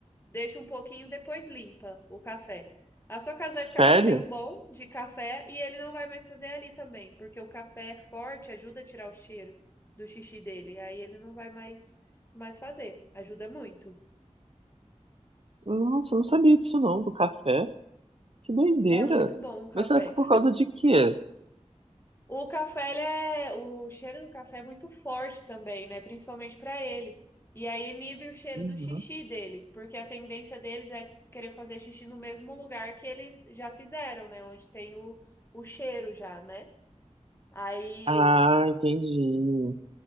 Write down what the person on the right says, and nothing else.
Sério?
Nossa, eu não sabia disso não, do café. Que doideira.
Mas será que é por causa de quê?
Uhum.
Ah, entendi.